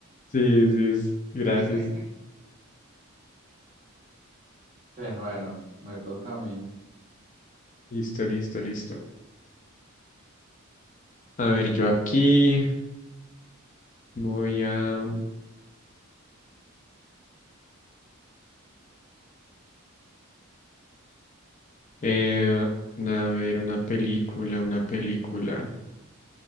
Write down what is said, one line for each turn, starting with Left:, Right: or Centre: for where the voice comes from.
Left: Sí, sí, es- gracias.
Right: <laughs> Bueno, bueno, me toca a mí.
Left: Listo, listo, listo. A ver, yo aquí voy a, eh, a ver una película, una película.